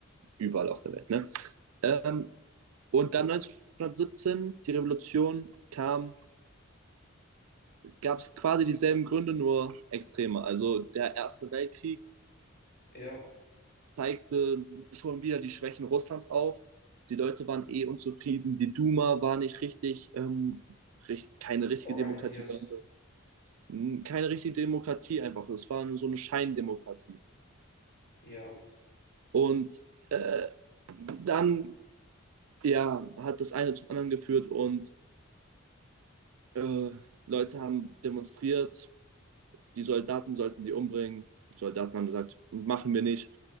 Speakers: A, on the right (about 80°); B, on the left (about 45°).
A: überall auf der Welt. Ne? Ähm, und dann 1917, die Revolution kam, gab es quasi dieselben Gründe, nur extreme. Also der Erste Weltkrieg
B: Eher
A: zeigte schon wieder die Schwächen Russlands auf. Die Leute waren eh unzufrieden. Die Duma war nicht richtig, ähm, richt, keine richtige
B: organisiert,
A: Demokratie, sondern mh, keine richtige Demokratie einfach. Es war nur so eine Scheindemokratie.
B: eher
A: Und äh, dann ja, hat das eine zum anderen geführt und äh, Leute haben demonstriert, die Soldaten sollten die umbringen. Die Soldaten haben gesagt, machen wir nicht.